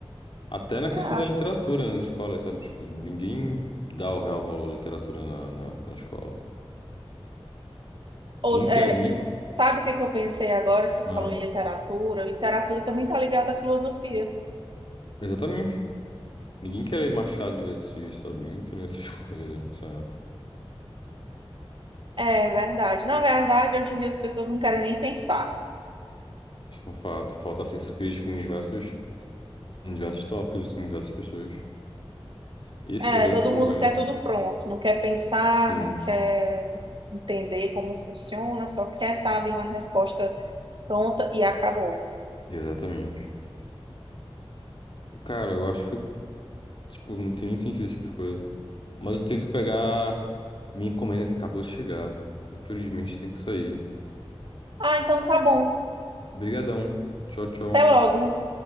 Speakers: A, on the left; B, on the right.
A: Até na questão
B: É,
A: da literatura nas escolas, sabe? Tipo, ninguém dá o real valor à literatura na, na, na escola.
B: Ou-
A: Ninguém quer.
B: é,
A: Ninguém...
B: sabe o que que eu pensei agora? Você
A: Ah,
B: falou em literatura. Literatura também está ligada à filosofia.
A: exatamente. Ninguém quer ler Machado de Assis, sabe? Ninguém quer ler essas <laughs> coisas nessa época.
B: É verdade. Na verdade, hoje em dia as pessoas não querem nem pensar.
A: Isso é um fato. Falta senso crítico em diversos, em diversos tópicos, assim, em diversas pessoas. Esse
B: É,
A: que é o grande
B: todo
A: problema.
B: mundo quer tudo pronto, não quer pensar,
A: Sim,
B: não quer entender como funciona, só quer estar ali uma resposta pronta e acabou.
A: exatamente. Cara, eu acho que, eu, tipo, não tem nem sentido esse tipo de coisa. Mas eu tenho que pegar minha encomenda que acabou de chegar. Infelizmente, tenho que sair.
B: Ah, então tá bom.
A: Obrigadão. Tchau, tchau.
B: Até logo.